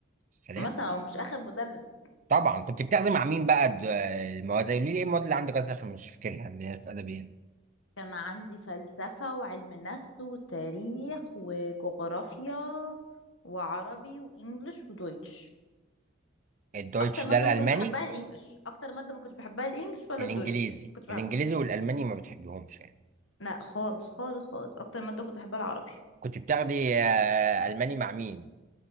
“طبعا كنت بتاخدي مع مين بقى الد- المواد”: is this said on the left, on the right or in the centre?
Right